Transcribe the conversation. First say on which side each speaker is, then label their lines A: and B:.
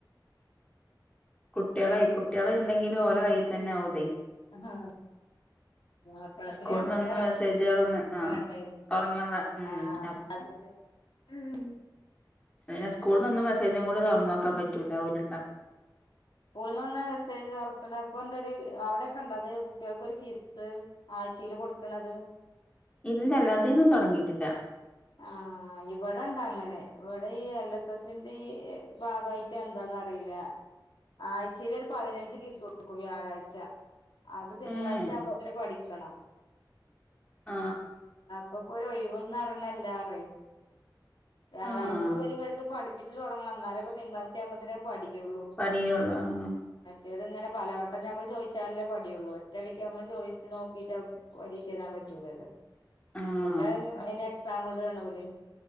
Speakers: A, on the left (about 15°); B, on the left (about 80°).
A: കുട്ടികളെ കുട്ടികളെ ഉണ്ടെങ്കിലും ഓല കൈയ്യിൽ തന്നെ ആകുതെ
B: ആ അപ്പളത്തിന്
A: സ്കൂളിൽ
B: ഞാമ്മക്ക്
A: നിന്ന്
B: ഉറങ്ങണ്ടേ
A: മെസ്സേജുകളൊന്ന് ആഹ് ഒറങ്ങാനുള്ള ഉം
B: ആ
A: അപ്-
B: അ <inaudible> ഉം
A: ഉം സ്കൂളിൽ നിന്ന് മെസ്സേജും കൂടി തുറന്ന് നോക്കാൻ പറ്റൂല ഒര് ഉണ്ടെങ്കിൽ
B: ഓൽ വന്ന് മെസ്സേജ് തുറക്കണ്ട അപ്പൊ എന്താ ഒരു അവിടെയൊക്കെ ഉണ്ടോ കുട്ടികൾക്കൊരു കിസ്സ് <unintelligible> ച്ച കൊടുക്കണത് <inaudible>
A: ഇല്ല ഇവിടെന്നും തുടങ്ങിയിട്ടില്ല
B: ആ ആ ഇവിടെണ്ട് അങ്ങനെ ഇവിടെ എൽ എസിന്റെ ഈ ഭാഗമായിട്ട് എന്താന്ന് അറിയില്ല ആഴ്ചയിൽ ഒരു പതിനഞ്ച് ക്വിസ് കെടുക്കും വ്യാഴാഴ്ച അത് തിങ്കളാഴ്ച
A: ഏഹ്
B: ആവുമ്പോത്തേക്കും പഠിക്കണം
A: ആ
B: ഇപ്പൊപ്പൊ ഒഴിവന്ന് അറണില്ലാറയ്. വ്യാഴാഴ്ച
A: ആഹ്
B: മുതൽ ഇവർക്ക് പഠപ്പിച്ച് തുടങ്ങണം. ന്നാലേ ഇപ്പൊ തിങ്കളാഴ്ച ആവുമ്പോത്തിന് പടിക്കൊള്ളു
A: പടിയുള്ളൂ ആഹ്
B: റ്റേത് ഇങ്ങനെ പലവട്ടം ഞമ്മള് ചോയിച്ചാലല്ലേ പടിയൊള്ളു. ഒറ്റയടിക്ക് നമ്മൾ ചോയ്ച്ച് നോക്കിയിട്ട് പരീഷ എഴുതാൻ പറ്റൂ പറ്റൂലല്ലോ?,
A: ആഹ്
B: ന്നട്ട് അയിന്, അയിന് എക്സാമിടാണ് ഓല്.